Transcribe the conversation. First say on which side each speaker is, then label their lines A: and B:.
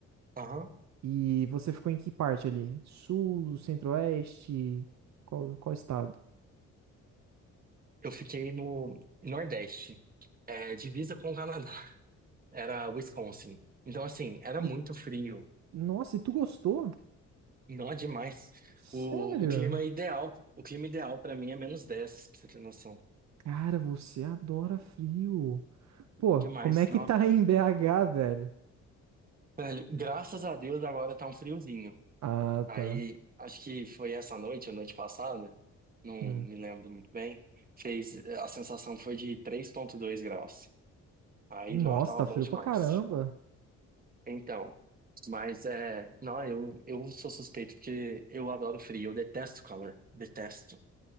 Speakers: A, on the right; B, on the right.
A: aham.
B: E você ficou em que parte ali? Sul, centro-oeste? Qual, qual estado?
A: Eu fiquei no Nordeste, é, divisa com o Canadá. era Wisconsin. Então, assim, era
B: E,
A: muito frio.
B: nossa, e tu gostou?
A: Não é demais.
B: Sério?
A: O, o clima ideal, o clima ideal para mim é menos 10, pra você ter noção.
B: Cara, você adora frio. Pô,
A: Demais,
B: como é que
A: não.
B: tá aí em BH, velho?
A: Velho, graças a Deus agora tá um friozinho.
B: Ah,
A: Aí,
B: tá.
A: acho que foi essa noite, a noite passada, não
B: Hum.
A: me lembro muito bem. Fez, a sensação foi de três vírgula dois graus. Aí,
B: Nossa,
A: não, tava
B: tá
A: bom
B: frio
A: demais.
B: pra caramba.
A: Então, mas é, não, eu, eu sou suspeito porque eu adoro frio, eu detesto calor, detesto.